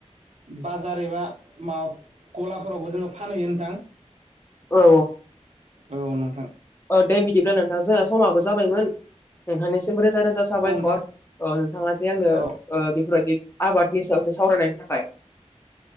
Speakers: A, on the right; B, on the left.
A: बाजार एबा माब गलाफोरावबो जोङो फानहैयो नोंथां
B: औ
A: औ नोंथां
B: औ दे बिदिब्ला नोंथां जोंहा समाबो जाबायमोन नोंथांनिसिमबो रोजा रोजा साबायखर
A: औ नोंथां
B: नोंथाङा जे आंनो
A: औ
B: बेफोरबायदि आबादनि सायावसो सावरायनायनि थाखाय